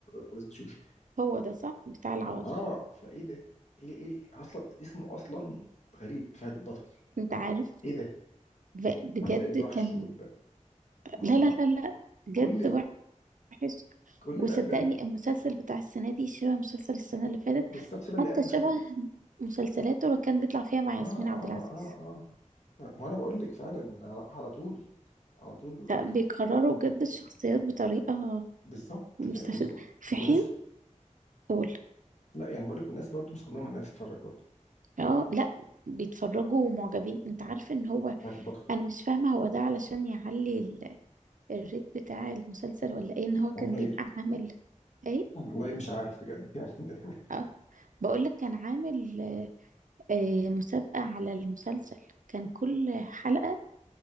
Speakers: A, on the left; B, on the right.
A: ولازم تشوفه
B: هو ده صح بتاع العوضي
A: اه فايه ده ايه ايه اصلا اسمه اصلا غريب فهد البطل
B: انت عارف
A: ايه ده
B: ب- بجد
A: والسيد الوحش
B: كان
A: وال ما
B: لا
A: هو ما
B: لا
A: هو
B: لا لا بجد
A: كل ال...
B: وحش
A: كل
B: وصدقني
A: الافلام
B: المسلسل بتاع السنة دي شبه مسلسل السنة اللي فاتت
A: بالظبط شبه
B: حتى
A: اللي قبله
B: شبه
A: شبه ال-
B: مسلسلاته اللي كان بيطلع فيها مع
A: اه
B: ياسمين عبد
A: اه
B: العزيز
A: اه اه ما انا بقول لك فعلا على على طول على طول ما-
B: لا بيكرروا بجد الشخصيات بطريقة
A: بالظبط
B: مستفزة
A: ما- و-
B: في
A: وناس
B: حين قول
A: لا يعني بقول لك والناس برضو مصممه انها تتفرج برضو
B: اه لا بيتفرجوا ومعجبين انت عارف ان هو
A: فهد البطل
B: انا مش فاهمة هو ده علشان يعلي ال- الريت بتاع المسلسل ولا ايه ان هو كان
A: والله
B: بيبقى عامل ايه
A: والله مش عارف بجد <laughs> يعني ده
B: أه بقول لك كان عامل آه مسابقة على المسلسل كان كل حلقة